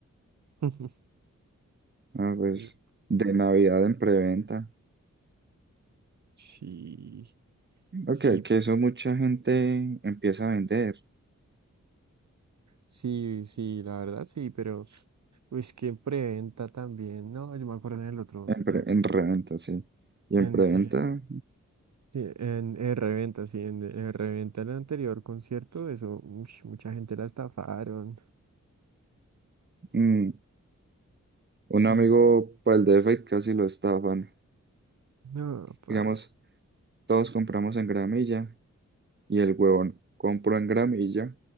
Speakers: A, on the right; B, on the right.
A: <laughs>
B: ah, pues
A: Yo-
B: de Navidad en preventa.
A: Sí.
B: Ok,
A: Sí,
B: que
A: pu-
B: eso mucha gente empieza a vender
A: sí, sí, la verdad sí, pero pues que preventa también, no, yo me acuerdo en el otro,
B: en, pre-
A: la-
B: en reventa, sí. Y
A: en,
B: en preventa,
A: eh, sí, en, eh, reventa, sí, en eh, reventa el anterior concierto, eso, ush, mucha gente la estafaron,
B: mm,
A: sí,
B: un amigo para el DF casi lo estafan.
A: no, paila,
B: Digamos, todos compramos en gramilla y el huevón compró en gramilla,